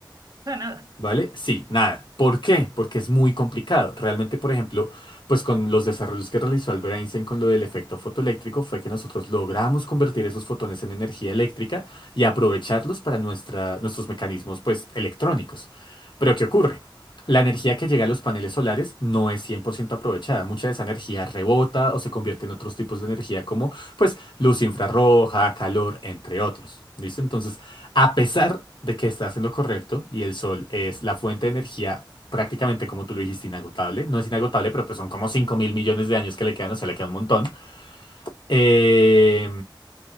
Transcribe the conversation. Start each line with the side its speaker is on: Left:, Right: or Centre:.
Right: O sea, nada.
Left: ¿Vale? Sí, nada. ¿Por qué? Porque es muy complicado. Realmente, por ejemplo, pues con los desarrollos que realizó Albert Einstein con lo del efecto fotoeléctrico fue que nosotros logramos convertir esos fotones en energía eléctrica y aprovecharlos para nuestra, nuestros mecanismos, pues, electrónicos. Pero ¿qué ocurre? La energía que llega a los paneles solares no es 100% aprovechada. Mucha de esa energía rebota o se convierte en otros tipos de energía como, pues, luz infrarroja, calor, entre otros. ¿Listo? Entonces, a pesar de que estás en lo correcto y el sol es la fuente de energía prácticamente como tú lo dijiste, inagotable. No es inagotable, pero pues son como 5 mil millones de años que le quedan, o sea, le queda un montón. Eh,